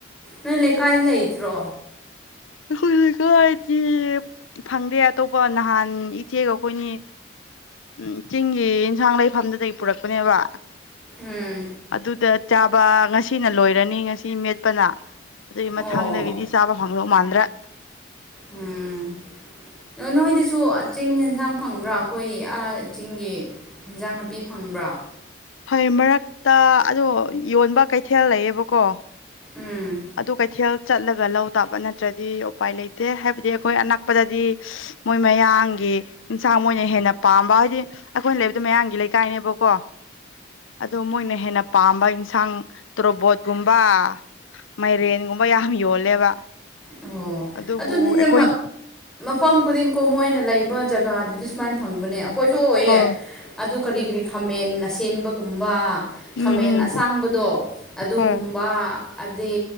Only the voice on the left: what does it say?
ꯑꯩꯈꯣꯏ ꯂꯩꯀꯥꯏꯇꯤ ꯐꯪꯗꯦ ꯑꯇꯣꯞꯄ ꯅꯍꯥꯟ ꯏꯆꯦꯒ ꯑꯩꯈꯣꯏꯅꯤ ꯎꯝ ꯆꯤꯡꯒꯤ ꯌꯦꯟꯁꯥꯡ ꯂꯩꯐꯝꯗꯨꯗꯩ ꯄꯨꯔꯛꯄꯅꯦꯕ
ꯑꯗꯨꯗ ꯆꯥꯕ ꯉꯁꯤꯅ ꯂꯣꯏꯔꯅꯤ ꯉꯁꯤ ꯃꯦꯠꯄꯅ ꯑꯗꯨꯏ ꯃꯊꯪꯗꯒꯤꯗꯤ
ꯆꯥꯕ ꯐꯪꯗꯧ ꯃꯥꯟꯗ꯭ꯔꯦ
ꯍꯣꯏ ꯃꯔꯛꯇ ꯑꯗꯣ ꯌꯣꯟꯕ ꯀꯩꯊꯦꯜ ꯂꯩꯌꯦꯕꯀꯣ
ꯑꯗꯨ ꯀꯩꯊꯦꯜ ꯆꯠꯂꯒ ꯂꯧ ꯇꯥꯕ ꯅꯠꯇ꯭ꯔꯗꯤ ꯎꯄꯥꯏ ꯂꯩꯇꯦ ꯍꯥꯏꯕꯗꯤ ꯑꯩꯈꯣꯏ ꯑꯅꯛꯄꯗꯗꯤ ꯃꯣꯏ ꯃꯌꯥꯡꯒꯤ ꯌꯦꯟꯁꯥꯡ ꯃꯣꯏꯅ ꯍꯦꯟꯅ ꯄꯥꯝꯕ ꯍꯥꯏꯗꯤ ꯑꯩꯈꯣꯏꯅ ꯂꯩꯕꯗꯣ ꯃꯌꯥꯡꯒꯤ ꯂꯩꯀꯥꯏꯅꯦꯕꯀꯣ ꯑꯗꯨ ꯃꯣꯏꯅ ꯍꯦꯟꯅ ꯄꯥꯝꯕ ꯏꯟꯁꯥꯡ ꯇꯣꯔꯣꯕꯣꯠꯀꯨꯝꯕ ꯃꯥꯏꯔꯦꯟꯒꯨꯝꯕ ꯌꯥꯝ ꯌꯣꯜꯂꯦꯕ
ꯑꯗꯨꯕꯨ
ꯑꯩꯈꯣꯏ
ꯍꯣꯏ
ꯎꯝ
ꯎꯝ
ꯍꯣꯏ